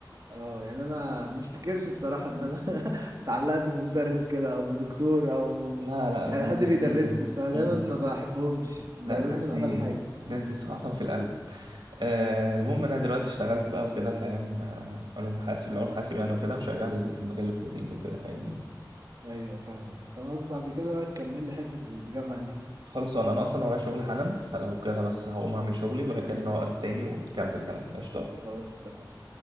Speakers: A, on the right; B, on the right.
A: اه يعني انا ما افتكرش بصراحة ان انا <laughs> اتعلقت بمدرس كده او بدكتور او
B: لا لا أنا
A: يعني حد
B: الناس
A: بيدرس
B: دي
A: لي بصراحة دايما
B: مم.
A: ما بحبهمش ده
B: لا الناس
A: لازم من
B: دي
A: اول حاجة
B: الناس دي صراحة في القلب آه المهم أنا دلوقتي اشتغلت بقى وكده فاهم آه، علوم حاسب العلوم حاسب يعني وكده وشغال في مجال الكودينج وكده فاهمني
A: ايوه فاهمك خلاص بعد كده بقى تكمل لي حتة الجامعة دي
B: خلصان انا اصلا ورايا شغل حالا فلو كده بس هقوم اعمل شغلي ولكن نقعد تاني ونكمل كلامنا قشطة
A: خلاص اتفقنا